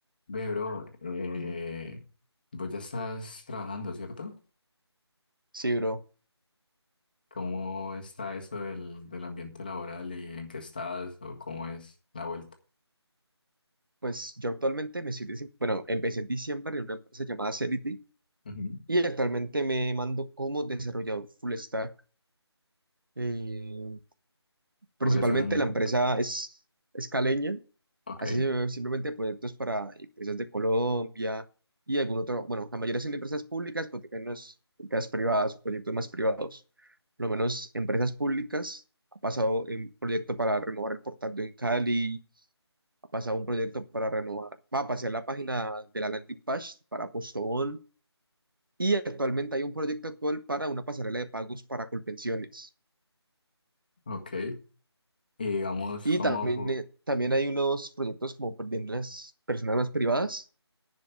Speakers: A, on the left; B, on the right.
A: Ve, bro, eh, vos ya estás trabajando, ¿cierto?
B: Sí, bro.
A: ¿Cómo está eso del, del ambiente laboral y en qué estás o cómo es la vuelta?
B: Pues yo actualmente me estoy, desi- bueno, empecé en diciembre en una empresa llamada Celity
A: Ujú.
B: y actualmente me mando como desarrollador full stack. Eh, principalmente
A: ¿Cuáles son?
B: la empresa es, es caleña,
A: Ok,
B: así se- ve simplemente proyectos para empresas de Colombia y algún otro, bueno, la mayoría son empresas públicas, pero también unas empresas privadas o proyectos más privados. Por lo menos empresas públicas, ha pasado en proyecto para renovar el portal de Cali pasado un proyecto para renovar, va a pasar la página de la landing page para Postobón y actualmente hay un proyecto actual para una pasarela de pagos para Colpensiones.
A: ok. Y digamos,
B: Y
A: ¿cómo
B: también,
A: fu-
B: eh, también hay unos proyectos como de unas personas más privadas